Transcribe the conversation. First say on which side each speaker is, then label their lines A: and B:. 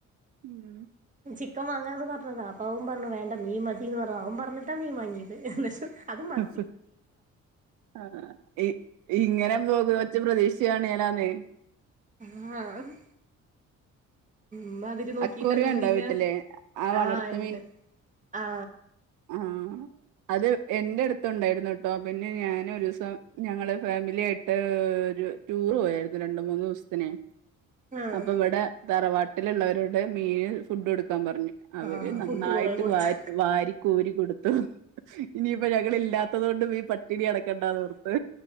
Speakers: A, on the right (about 85°); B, on the right (about 25°).
A: ഉം
B: <inaudible> ചിക്കൻ വാങ്ങാന്ന് പറഞ്ഞതാ അപ്പവൻ പറഞ്ഞു വേണ്ട മീൻ മതിന്ന് പറ അവൻ പറഞ്ഞിട്ടാ മീൻ വാങ്ങിയത് എന്നിട്ട് അത് മ
A: മ്ഹ് ആ ഇ ഇങ്ങനെ പോകോച് പ്രദേശ്യാണെലാന്നെ
B: ഹാഹ് മ്മതി ത് നോക്കിട്ടാ
A: അക്വേറിയം
B: മീന്തിന്നാ
A: ഉണ്ടോ വീട്ടില് ആ വളർത്ത്
B: ആഹ്ണ്ട് ആ
A: മ് അത് എന്റെടു ത്തുണ്ടായിരുന്നുട്ടോ പിന്നെ ഞാൻ ഒരുസം ഞങ്ങള് ഫാമില്യായിട്ട് ഒരു ടൂറ് പോയായിരുന്നു രണ്ട്മൂന്നോസത്തിനെ
B: ആഹ്
A: അപ്പൊ ഇവിടെ തറവാട്ടിലുള്ളവരുടെ മീന് ഫുഡ് എടുക്കാൻ പറഞ്ഞു. അവര്
B: ആഹ്
A: നന്നായിട്ട്
B: ഫുഡ് കൊറേ കൊടുത്ത്
A: വാര് വാരിക്കോരി കൊടുത്തു ഇനിയിപ്പ ഞങ്ങൾ ഇല്ലാത്തത്കൊണ്ട് ഈ പട്ടിണി അട കണ്ടാന്നോർത്ത്